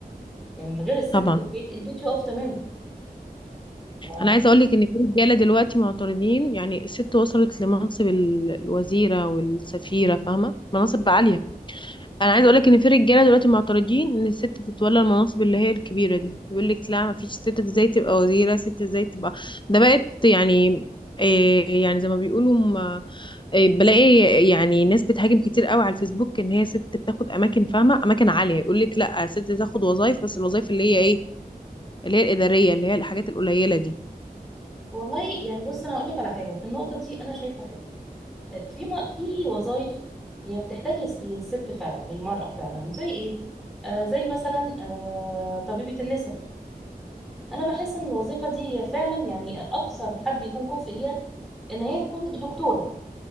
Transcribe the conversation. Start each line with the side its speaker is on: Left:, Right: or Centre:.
Centre: يعني من غير الست
Left: طبعا
Centre: في البيت البيت يقف تماما ف...
Left: أنا عايزة أقولك إن في رجالة دلوقتي معترضين يعني الست وصلت لمنصب ال- الوزيرة والسفيرة فاهمة؟ مناصب عالية انا عايزه اقول لك ان في رجاله دلوقتي معترضين ان الست تتولى المناصب اللي هي الكبيره دي يقول لك لا ما فيش ست ازاي تبقى وزيره ست ازاي تبقى ده بقت يعني إيه يعني زي ما بيقولوا م- إيه بلاقي يعني ناس بتهاجم كتير قوي على الفيسبوك ان هي ست بتاخد اماكن فاهمه اماكن عاليه يقول لك لا ست تاخد وظايف بس الوظايف اللي هي ايه اللي هي الاداريه اللي هي الحاجات القليله دي
Centre: والله يعني بص انا اقول لك على حاجه في النقطه دي انا شايفه حاجه آه، في م... في وظائف هي بتحتاج للس- للست فعلا للمراه فعلا زي ايه آه زي مثلا آه طبيبه النساء انا بحس ان الوظيفه دي هي فعلا يعني اكثر حد يكون كفء ليها ان هي تكون دكتوره